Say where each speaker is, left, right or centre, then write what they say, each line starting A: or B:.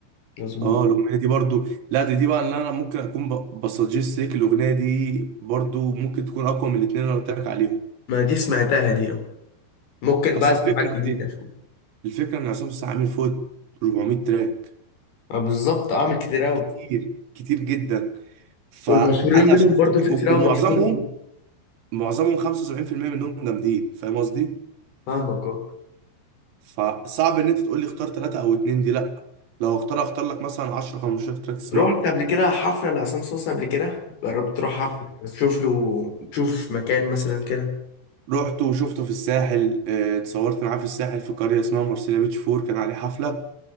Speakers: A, on the left; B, on the right.
A: مظبوط
B: اه الاغنيه دي برضو لا دي دي بقى اللي انا ممكن اكون بسجست ليك الاغنيه دي برضو ممكن تكون اقوى من الاثنين اللي انا قلت لك عليهم
A: ما دي سمعتها دي اه ممكن
B: اصل
A: بقى اسمع
B: الفكره
A: حاجة جديدة
B: في ايه
A: اشوف
B: الفكره ان عصام السقا عامل فوق 400 تراك
A: آه، بالظبط اعمل كتير قوي
B: كتير كتير جدا فانا
A: والمشهورين منهم
B: عشان
A: برضه
B: أفتكر-
A: في
B: و-
A: كتير قوي
B: ومعظمهم
A: مشهورين منهم
B: معظمهم 75% منهم جامدين فاهم قصدي
A: فاهمك اه
B: فصعب ان انت تقول لي اختار ثلاثه او اتنين دي لا لو اختار اختار لك مثلا 10 15 تراك تسمعهم
A: رحت قبل كده حفلة لعصام صاصا قبل كده جربت تروح حفلة تشوف له تشوف مكان مثلا كده
B: رحت وشفته في الساحل آه، اتصورت معاه في الساحل في قرية اسمها مرسيليا بيتش فور كان عليه حفلة